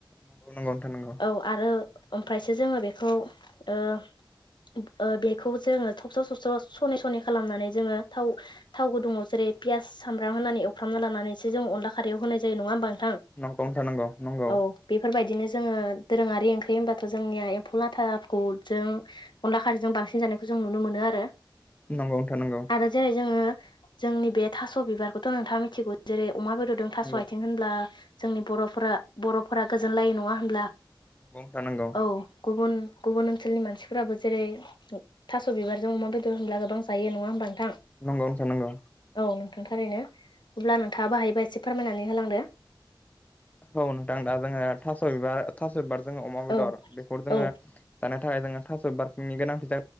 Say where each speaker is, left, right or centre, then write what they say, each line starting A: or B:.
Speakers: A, on the left; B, on the left.
A: नंगौ नंगौ नोंथां नंगौ।
B: औ आरो ओमफ्रायसो जोङो बेखौ अ बेखौ जोङो थबस' सबस' सनै सनै खालामनानै जोङो थाव थाव गुदुंङाव जेरै बे पियास सामब्राम होनानै एवफ्रामना लानानैसो जों अनला खारयाव होनाय जायो नङा होमबा?
A: नंगौ नंगौ नोंथां नंगौ नंगौ
B: औ बेफोरबायदिनो जोङो दोरोङारि ओंख्रि होमबाथ' जोंनिया एम्फौ लाथाखौ जों अनला खारैजों बांसिन जानायखौ जों नुनो मोनो आरो
A: नोंथां नंगौ नोंथां नंगौ
B: आरो जेरै जोङो जोंनि बे थास' बिबारखौथ' नोंथांङा मिथिगौ जेरै अमा बेदरदों थास'आ।
A: नंगौ
B: जोंनि बर'फोरा बर'फोरा गोजोनलायो नङा होनब्ला?
A: औ थानांगौ
B: औ गुबुन गुबुन ओनसोलनि मानसिफोराबो जेरै थास' बिबारजों अमा बेदर होनब्ला गोबां जायो नङा होमबा नोंथां
A: नंगौ नोथां नंगौ
B: औ नोंथांथारैनो अब्ला नोंथाङा बाहायबा एसे फोरमायनानै होलांदो।
A: औ नोंथां दा जोङो थास' बिबार थास' बिबार जोङो अमा बेदर
B: औ
A: बेखौ जोङो
B: औ
A: जानाय। थाखाय जोंहा थास' बारकिंनि गोनांथि ज <inaudible>